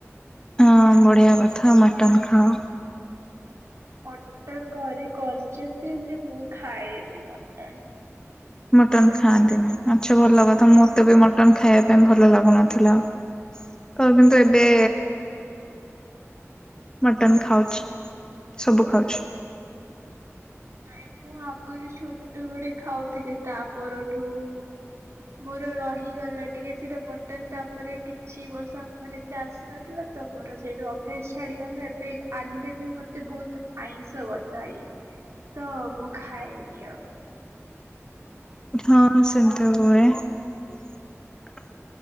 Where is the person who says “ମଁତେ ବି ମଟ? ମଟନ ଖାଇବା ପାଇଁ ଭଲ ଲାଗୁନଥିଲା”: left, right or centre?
Left